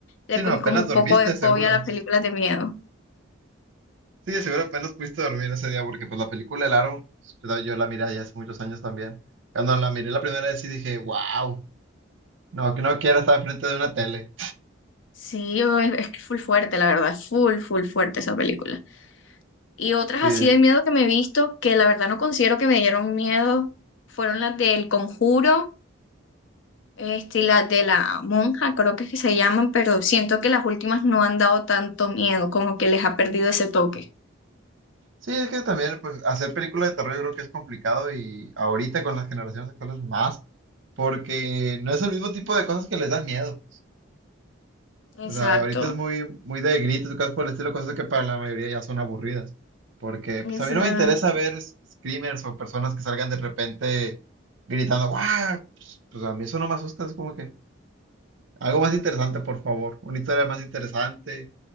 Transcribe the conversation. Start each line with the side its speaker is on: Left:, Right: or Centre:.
Left: le
Right: Sí, no,
Left: cogí
Right: apenas
Left: como un
Right: dormiste,
Left: poco de fobia
Right: seguro.
Left: a las películas de miedo.
Right: Sí, de seguro apenas pudiste dormir ese día porque pues la película El Aro, yo yo la miré ya hace muchos años también. Cuando la miré la primera vez sí dije, wow, no, que no quiero estar frente de una tele.
Left: Sí, o- es, es que es full fuerte, la verdad, es full, full fuerte esa película. Y otras
Right: Sí,
Left: así de miedo que me he visto, que la verdad no considero que me dieron miedo, fueron las del Conjuro, este, y las de la monja, creo que es que se llaman, pero siento que las últimas no han dado tanto miedo, como que les ha perdido ese toque.
Right: Sí, es que también, pues, hacer películas de terror yo creo que es complicado y ahorita con las generaciones actuales más, porque no es el mismo tipo de cosas que les dan miedo, pues. O
Left: Exacto,
Right: sea, ahorita es muy, muy de gritos y cosas por el estilo, cosas que para la mayoría ya son aburridas. Porque,
Left: exacto.
Right: pues, a mí no me interesa ver s- screamers o personas que salgan de repente gritando, ¡guau! Pues, pues a mí eso no me asusta, es como que algo más interesante, por favor. Una historia más interesante,